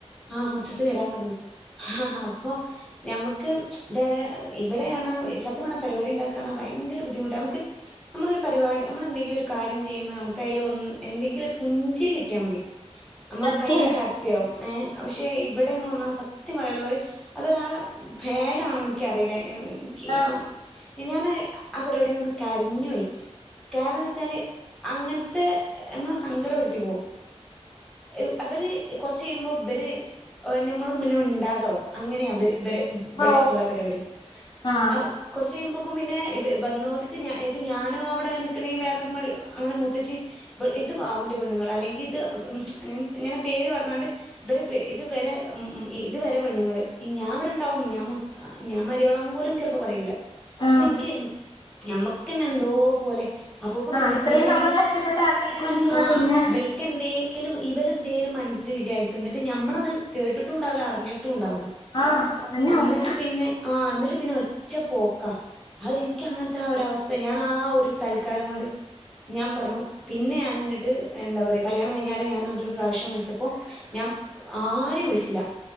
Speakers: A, in the centre; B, on the left.
A: ആഹ് മൊത്തത്തിൽ വരാൻ പറഞ്ഞു ആഹ് ആഹ് അപ്പൊ ഞമ്മക്ക് വേ ഇവിടെ ആണോ സത്യം പറഞ്ഞാ പരിപാടി ഉണ്ടാക്കായെന്നു പറഞ്ഞാ ഭയങ്കര ബുദ്ധിമുട്ടാ നമ്മൾക്ക് നമ്മള് ഒര് പരിപാടി നമ്മളെന്തെ ങ്കിലൊരുകാര്യം ചെയ്യുമ്പോൾ നമ്മക്കയ്ല് ഒന് എന്തെങ്കിലൊരു പുഞ്ചിരി കിട്ടിയാ മതി അമ്മ
B: സത്യാണ്
A: ഭയങ്കര ഹാപ്പി ഹാപ്പിയാവും ഏഹ് പക്ഷേ ഇവിടെന്നൊന്ന് പറഞ്ഞാ സത്യം പറയാല്ലോ ഒര് അതൊരാളെ ബാടാണോനിക്കറിയില്ല ഏഹ് ക്ക് യാ
B: ആഹ്
A: മിനിഞ്ഞാന്ന് ആ പരിപാടിന്ന് കരഞ്ഞു പോയി കാരണമെ ച്ചാല് അങ്ങനത്തെ ഞമ്മളെ സങ്കടപെടുത്തി പോവും ആ ഇവര് കൊറച്ച് കഴിയുമ്പോ ഇവര് നമ്മളോട് പിന്നെ മിണ്ടാതാവും. അങ്ങനെയാ അവര് ഇവര് ഇവിടെ
B: ഓ
A: ഉള്ള പരിപാടി
B: ആഹ്
A: ആ കുറച്ച് കഴിയുമ്പോൾക്കും പിന്നെ വന്നോൾക്ക് ഞ ഇപ്പം ഞാനും അവിടെ നിൽക്കണങ്കിൽ വേറെ മ്മൾ അങ്ങനെ മുത്തേച്ചി ഇത് അവന്റെ പെണ്ണുങ്ങൾ അല്ലെങ്കിൽ ഇത് മിൻസ് ഇങ്ങനെ പേര് പറഞ്ഞാണ്ട് ഇവര് പേ ഇതുവരെ ഇതുവരെ പെണ്ണുങ്ങള് ഈ ഞാൻ ഇവിടെണ്ടാവും ഞാൻ മുത്ത് ആ ഞാൻ മരിയാളോന്ന് പോലും ചിലപ്പോ പറയൂല.
B: ആഹ്
A: അപ്പം എനിക്ക് ഞമ്മക്ക് തന്നെ എന്തോ പോലെ അപ്പൊക്ക് ഇവൽക്ക്
B: ആഹ് അത്രയും
A: എന്തെങ്കിലും
B: നമ്മള് കഷ്ടപ്പെട്ട് ആഗ്രഹിക്കുകയും ചെയ്യ
A: ആഹ്
B: പിന്നെ
A: ഇവ ക്ക് എന്തേലും ഇവലെന്തേലും മനസ്സ് വിചാരിക്കും എന്നിട്ട് നമ്മളത് കേട്ടിട്ടും ഉണ്ടാവില്ല അറിഞ്ഞിട്ടും ഉണ്ടാവില്ല
B: ആഹ് അതന്നെ
A: എന്നിട്ട്
B: അവസ്ഥ
A: പിന്നെ ആഹ് എന്നിട്ട് പിന്നെ ഒറ്റ പോക്കാ ആഹ് എനിക്ക് അങ്ങനെത്തെ ആ ഒരു അവസ്ഥ ഞാൻ ആ ഒരു സ്ഥല കാരം കൊണ്ട് ഞാൻ പറഞ്ഞു പിന്നെ ഞാനിങ്ങോട്ട് എന്താ പറയാ കല്യാണം കഴിഞ്ഞാൽ ഞാനൊരു പ്രാവശ്യം വിളിച്ചപ്പോൾ ഞാൻ ആരെയും വിളിച്ചില്ല